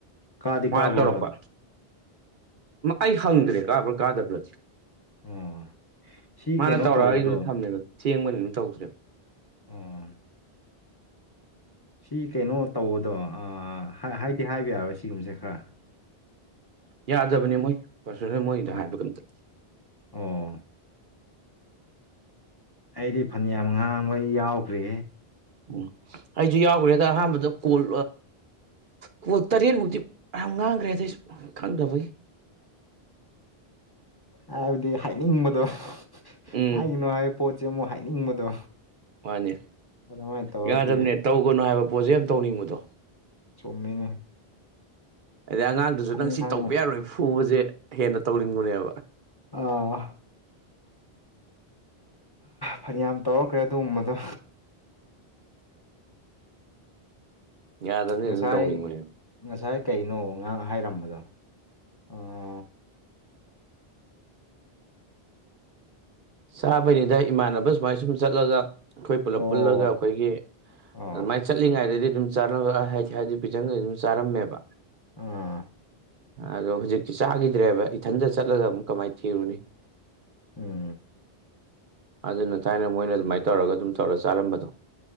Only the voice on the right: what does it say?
ꯃꯥꯅ
ꯇꯧꯔꯛꯄ ꯑꯩ ꯍꯪꯗ꯭ꯔꯦ ꯀꯥꯕ꯭ꯔꯥ ꯀꯥꯗꯕ꯭ꯔꯥꯗꯤ
ꯃꯥꯅ
ꯇꯧꯔ
ꯑꯩꯁꯨ ꯊꯝꯃꯦꯕ ꯊꯦꯡꯕꯅꯤ ꯑꯗꯨꯝ ꯇꯧꯁꯦꯕ
ꯌꯥꯗꯕꯅꯦ ꯃꯣꯏ ꯄꯥꯔꯁꯣꯅꯦꯜ ꯃꯣꯏꯗ
ꯍꯥꯏꯕꯒꯝꯇ
ꯎꯝ ꯑꯩꯁꯨ ꯌꯥꯎꯈ꯭ꯔꯦꯗ ꯑꯍꯥꯟꯕꯗꯣ ꯀꯣꯜ ꯀꯣꯜ ꯇꯔꯦꯠꯃꯨꯛꯇꯤ ꯌꯥꯝ ꯉꯥꯡꯈ꯭ꯔꯦ ꯑꯗꯩꯁꯨ ꯈꯪꯗꯕꯒꯤ
ꯎꯝ
ꯃꯥꯅꯤ
ꯌꯥꯗꯕꯅꯦ ꯇꯧꯒꯅꯨ ꯍꯥꯏꯕ ꯄꯣꯠꯁꯦ ꯌꯥꯝ ꯇꯧꯅꯤꯡꯕꯗꯣ
ꯍꯥꯏꯗꯤ ꯑꯉꯥꯡꯗꯨꯁꯨ
ꯅꯪ ꯁꯤ
ꯇꯧꯕ ꯌꯥꯔꯣꯏ ꯐꯨꯕꯁꯦ ꯍꯦꯟꯅ ꯇꯧꯅꯤꯡꯕꯅꯦꯕ
ꯌꯥꯗꯕꯅꯤ
ꯑꯗꯨꯝ ꯇꯧꯅꯤꯡꯕꯅꯦꯕ
ꯆꯥꯕꯅꯤꯗ ꯏꯃꯥꯟꯅꯕ ꯁꯨꯃꯥꯏ ꯁꯨꯝ ꯆꯠꯂꯒ ꯑꯩꯈꯣꯏ ꯄꯨꯜꯂꯞ
ꯄꯨꯜꯂꯒ ꯑꯩꯈꯣꯏꯒꯤ
ꯑꯗꯨꯃꯥꯏꯅ ꯆꯠꯂꯤꯉꯩꯗꯗꯤ ꯑꯗꯨꯝ ꯆꯥ ꯍꯥꯏꯗꯤ ꯍꯥꯏꯗꯤ ꯄꯤꯖꯪꯈꯗꯤ ꯑꯗꯨꯝ ꯆꯥꯔꯝꯃꯦꯕ
ꯑꯗꯣ ꯍꯧꯖꯤꯛꯇꯤ ꯆꯥꯈꯤꯗ꯭ꯔꯦꯕ ꯏꯊꯟꯗ ꯆꯠꯂꯒ ꯑꯃꯨꯛ ꯀꯃꯥꯏꯅ ꯊꯤꯔꯨꯅꯤ
ꯑꯗꯨꯅ ꯊꯥꯏꯅ ꯃꯣꯏꯅ ꯑꯗꯨꯃꯥꯏꯅ ꯇꯧꯔꯒ ꯑꯗꯨꯝ ꯇꯧꯔ ꯆꯥꯔꯝꯕꯗꯣ